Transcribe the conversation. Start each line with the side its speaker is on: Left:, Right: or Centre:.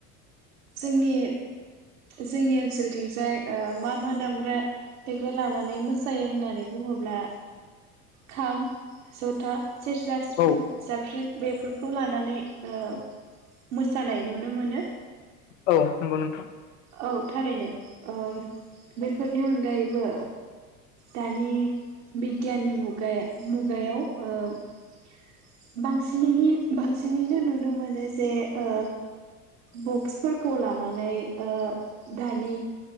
Right: जोंनि जोंनि ओनसोलथिंजाय ओ मा मा दामग्रा देग्रा लानानै मोसायो होननानै बुङोब्ला खाम जथा सेरजा सिफुं
Left: औ
Right: जाबस्रि खौ लानानै ओ मोसानाय नुनो मोनो
Left: औ नंगौ नोंथां
Right: औ थारैनो ओ बेफोरनि अनगायैबो दानि बिगियाननि मुगा मुगायाव ओ बांसिनै बांसिनैनो नुनो मोनो जे ओ बक्सफोरखौ लानानै ओ दानि